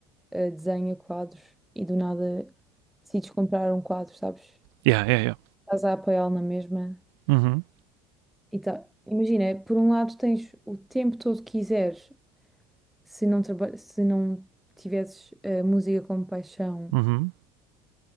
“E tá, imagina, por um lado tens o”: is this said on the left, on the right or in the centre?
Centre